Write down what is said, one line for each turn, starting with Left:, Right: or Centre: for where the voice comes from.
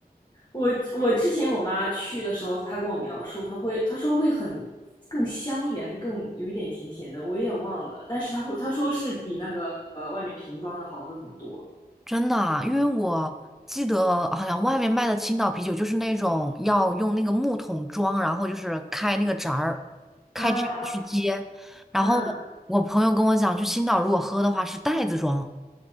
Left: 我我之前我妈去的时候，她跟我描述，她会她说会很更香一点，还是更有一点甜甜的，我有点忘了。但是她会她说是比那个呃外面瓶装的好喝很多。
Centre: 真的啊因为我记得好像外面卖的青岛啤酒就是那种要用那个木桶装，然后就是开那个闸儿，开闸去接。
Left: 啊啊
Centre: 然后我朋友跟我讲，
Left: 嗯，
Centre: 去青岛如果喝的话是袋子装，